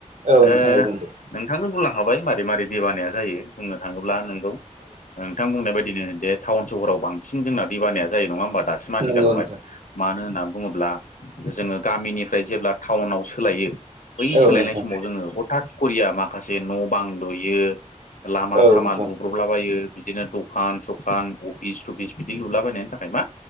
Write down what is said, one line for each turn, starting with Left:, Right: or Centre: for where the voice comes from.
Right: औ नोंथां
Left: ओ
Right: औ बुंदो
Left: नोंथांनो बुंलां खाबाय मारै मारै दैबानाया जायो बुंनो थाङोब्ला नोंगौ नोंथां बुंनाय बायदिनो दे टाउन सहराव बांसिन जोंना दैबानाया जायो नङा होमबा नों दासिम आथिखालावहाय
Right: नंगौ नोंथां
Left: मानो होनना बुङोब्ला जोङो गामिनिफ्राय जेब्ला टाउनाव सोलायो बै
Right: औ
Left: सोलायनाय
Right: नोंथां
Left: समाव जोङो हथात करिया माखासे न' बां लुयो। लामा
Right: औ
Left: सामा
Right: नोंथां
Left: लुब्रलाबायो बिदिनो दखान सखान अफिस थुफिस बिदि लुलाबायनायनि थाखाय मा